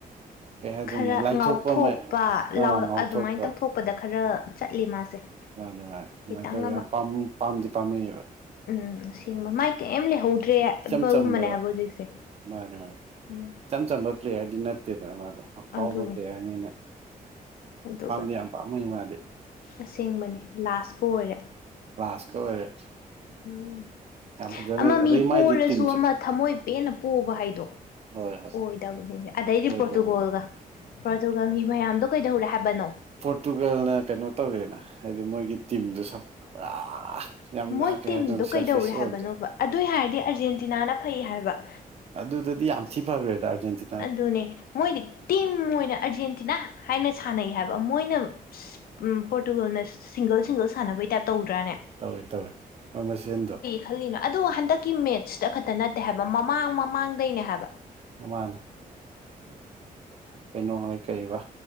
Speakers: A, on the right; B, on the left.
A: ꯀꯩ ꯍꯥꯏꯗꯣꯏꯅꯣ
B: ꯈꯔ
A: ꯂꯥꯏꯊꯣꯛꯄ
B: ꯉꯥꯎꯊꯣꯛꯄ
A: ꯑꯃ ꯑꯥ ꯉꯥꯎꯊꯣꯛꯄ
B: ꯑꯗꯨꯃꯥꯏꯅ ꯇꯧꯊꯣꯛꯄꯗ ꯈꯔ ꯆꯠꯂꯤ ꯃꯥꯁꯦ
A: ꯃꯥꯅꯦ ꯃꯥꯅꯦ ꯑꯗꯨꯃꯥꯏꯅ
B: ꯈꯤꯇꯪ
A: ꯇꯧꯋꯤ
B: ꯑꯃ
A: ꯌꯥꯝ ꯄꯥꯝ ꯄꯥꯝꯗꯤ ꯄꯥꯝꯃꯨꯏ ꯌꯦꯕ
B: ꯎꯝ ꯑꯁꯦꯡꯕ ꯃꯥꯏ ꯀꯔꯤꯝ ꯂꯩꯍꯧꯗ꯭ꯔꯦ ꯍꯥꯏꯕꯒꯨꯝꯕꯅꯦ
A: ꯏꯆꯝ ꯆꯝꯕ
B: ꯍꯥꯏꯕ ꯍꯧꯖꯤꯛꯁꯦ
A: ꯃꯥꯅꯦ ꯃꯥꯅꯤ
B: ꯎꯝ
A: ꯏꯆꯝ ꯆꯝꯕ ꯄ꯭ꯂꯦꯌꯔꯗꯤ ꯅꯠꯇꯦꯗꯅ ꯃꯥꯗꯣ ꯑꯐꯥꯎꯕ
B: ꯑꯗꯨꯅꯦ
A: ꯄ꯭ꯂꯦꯌꯥꯔꯅꯤꯅ
B: ꯑꯗꯨꯒ
A: ꯄꯝꯗꯤ ꯌꯥꯞ ꯄꯥꯝꯃꯨꯢ ꯃꯥꯗꯤ
B: ꯑꯁꯦꯡꯕꯅꯦ ꯂꯥꯁꯄꯨ ꯑꯣꯏꯔꯦ
A: ꯂꯥꯁꯀ ꯑꯣꯏꯔꯦ
B: ꯎꯝ
A: ꯌꯥꯝ ꯐꯖꯅ
B: ꯑꯃ ꯃꯤ
A: ꯑꯗꯩ ꯃꯥꯏꯗꯤ
B: ꯄꯣꯔꯥꯁꯨ
A: ꯇꯤꯝꯁꯨ
B: ꯑꯃ ꯊꯝꯃꯣꯏ ꯄꯦꯟꯅ ꯄꯣꯕ ꯍꯥꯏꯗꯣ
A: ꯍꯣꯏ ꯍꯣꯏ
B: ꯑꯣꯏꯗꯕꯅꯤꯅꯦ ꯑꯗꯩꯗꯤ
A: ꯑꯣꯏꯗꯕ
B: ꯄꯣꯔꯇꯨꯒꯣꯜꯒ ꯄ꯭ꯔꯣꯇꯨꯒꯜ ꯒꯤ ꯃꯌꯥꯝꯗꯣ ꯀꯩꯗꯧꯔꯦ ꯍꯥꯏꯕꯅꯣ
A: ꯄꯣꯔꯇꯨꯒꯜꯅ ꯀꯩꯅꯣ ꯇꯧꯔꯦꯅ ꯍꯥꯏꯗꯤ ꯃꯣꯏꯒꯤ ꯇꯤꯝꯗꯣ ꯁ ꯄꯨꯔꯥ ꯌꯥꯝꯅ
B: ꯃꯣꯏ
A: ꯀꯩ
B: ꯇꯤꯝꯗꯣ
A: ꯍꯥꯏꯗꯣꯏꯅꯣ ꯁꯦꯜꯐꯤꯁ
B: ꯀꯩꯗꯧꯔꯦ
A: ꯑꯣꯏꯕꯗꯣ
B: ꯍꯥꯏꯕꯅꯣꯕ ꯑꯗꯨꯏ ꯍꯥꯏꯔꯗꯤ ꯑꯔꯖꯦꯟꯇꯤꯅꯥꯅ ꯐꯩ ꯍꯥꯏꯕ
A: ꯑꯗꯨꯗꯗꯤ ꯌꯥꯝ ꯊꯤ ꯐꯈ꯭ꯔꯦꯗ ꯑꯔꯖꯦꯟꯇꯤ
B: ꯑꯗꯨꯅꯦ ꯃꯣꯏꯅ ꯇꯤꯝ ꯑꯣꯏꯅ ꯑꯔꯖꯦꯟꯇꯤꯅꯥ ꯍꯥꯏꯅ ꯁꯥꯟꯅꯩ ꯍꯥꯏꯕ ꯃꯣꯏꯅ ꯑꯁ ꯄꯣꯔꯇꯨꯒꯜꯅ ꯁꯤꯡꯒꯜ ꯁꯤꯡꯒꯜ ꯁꯥꯟꯅꯕꯩ ꯇꯥꯏꯞ ꯇꯧꯗ꯭ꯔꯅꯦ꯫
A: ꯇꯧꯏ ꯇꯧꯏ ꯃꯣꯏ ꯃꯁꯦꯟꯗꯣ
B: ꯈꯜꯂꯤꯅꯣ ꯑꯗꯨ ꯍꯟꯗꯛꯀꯤ ꯃꯦꯠꯁꯇ ꯈꯛꯇ ꯅꯠꯇꯦ ꯍꯥꯏꯕ ꯃꯃꯥꯡ ꯃꯃꯥꯡꯗꯩꯅꯦ ꯍꯥꯏꯕ
A: ꯃꯥꯟꯅꯦ ꯀꯩꯅꯣ ꯍꯣꯢ ꯀꯩꯕ